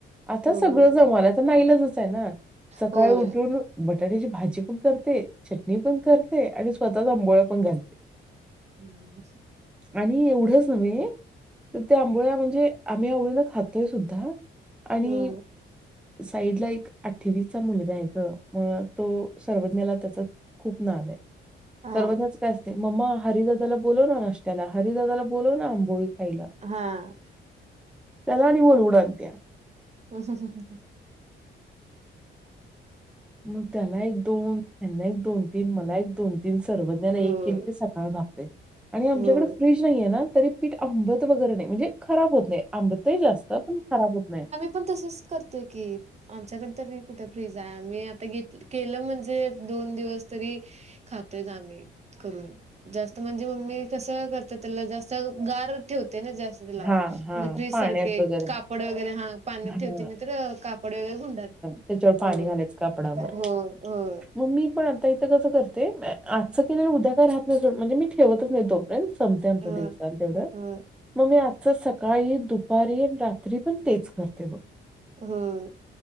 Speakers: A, in the centre; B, on the right.
A: आता
B: होय
A: सगळं जमाना तर् नाही ईलाजचं आहे नां सकाळी
B: होय
A: उठून. बटाट्याची भाजी पणं करते, चटणी पण करते,. आणि स्वतःचंवरुन आंघोळ पण घालते.
B: हम्. <inaudible>
A: आणि एवढंच नव्हे तर् त्या आंबोळ्या म्हणजे. आम्ही आवडीला खातोयं सुद्धां आणियं
B: हम्म
A: साईड ला ऐक अठ्ठेवीसचा मुलगा येतो ग मगं तो सर्वज्ञाला त्याचा. खूपं नाज आहे.
B: हा
A: सर्वतचं त्याचं असते मम्मा हरिदादाला बोलव नां नााशत्याला, हरिदादाला बोलव नां आंबोळी खायलां.
B: हांअ आ.
A: त्याला आणि बोलवून आणत्या.
B: ह -हं- हं- ह- हं.
A: मग त्याला ऐक, दोन, देना एक, दोन, तीन, मला. एक, दोन, तीन सर्वज्ञाना
B: होय
A: एक केली क. आंबते आणि आमच्याकडे
B: होय
A: फ्रीज नाहीये नां तरी पीठ अंबट वगैरे नाही म्हणजे खराब होतं नाही. आंबतही जास्तं, पण खराबच होत नाही.
B: मगं तसैचं पण तसच करते की. आमच्याकडे तरी कुठे फ्रीज आहे. आम्ही आता घेत केलं म्हणजे दोन दिवस तरी. <inaudible> खातौय नां आम्हीं. हं करून जास्तं म्हणजे मम्मी कसं करत त्याला जास्तं गार ठेवते नां जास्तं. तुझं लां.
A: हा हा
B: म्हणजे फ्रीज
A: पाण्यात
B: सारखे
A: वगैरे
B: कापडं वगैरे हां पाण्यात
A: हा
B: ठेवते नाही तर् कापड वगैरे गुंडात.
A: त्याच्यावर
B: हो
A: पाणी घालायचं कापडावर्.
B: हो होय
A: मग मी पण आता इथं कसं करते आजचं कले उद्या काय राहत नाही सो म्हणजे मी ठेवतच नाही तो. फ्रें संपते आमचा
B: हो
A: दिवसा तेवढं.
B: हो
A: मग मी आजच सकाळी दुपारी रात्री पण तेच करते बघ.
B: होा.